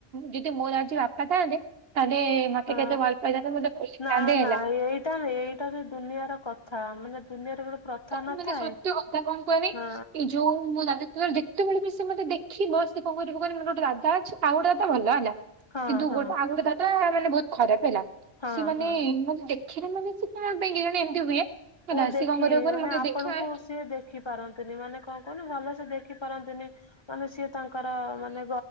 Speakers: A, on the right; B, on the left.
A: ଯଦି ମୋର ଆଜି ବାପା ଥାନ୍ତେ ତାହେଲେ ମତେ
B: ହଁ
A: କେତେ ଭଲ ପାଇଥାନ୍ତେ ମତେ ପୋଷିଥାନ୍ତେ
B: ନା
A: ହେଲା
B: ନା ଏଇଟା ହେଇ ଦୁନିଆର କଥା ମାନେ ଦୁନିଆରେ ଗୋଟେ ପ୍ରଥା
A: ତାକୁ
B: ନଥାଏ।
A: ମାନେ ସତ୍ୟ କଥା କଣ କୁହନି
B: ହଁ
A: ଏଇ ଯୋଉ ମୁଁ ଦାଦା ସେତେବେଳେ ବି ସେ ମତେ ଦେଖିବ ଶେ କଣ କରି ମାନେ ଗୋଟେ ଦାଦା ଅଛି ଆଉ ଗୋଟେ ଭଲ ହେଲା।
B: ହଁ
A: କିନ୍ତୁ
B: ହଁ
A: ଗୋଟେ ଆଉ ଗୋଟେ ଦାଦା ମାନେ ବହୁତ ଖରାପ ହେଲା।
B: ହଁ
A: ସେ ମାନେ
B: ହଁ
A: ମତେ ଦେଖିଲେ ମାନେ ସେ କଣ ପାଇଁ କି ଜଣେ ଏମିତି ହୁଏ ହେଲା
B: ଓ ଦେଖି
A: ଶେ କଣ କରିବ କହନି
B: ମାନେ
A: ମତେ
B: ଆପଣଙ୍କୁ
A: ଦେଖିଲା
B: ସିଏ ଦେ ଦେଖି ପାରନ୍ତିନି ମାନେ କଣ କହୁହନି ଭଲ ସେ ଦେଖି ପାରନ୍ତିନି। ମାନେ ସିଏ ତାଙ୍କର ମାନେ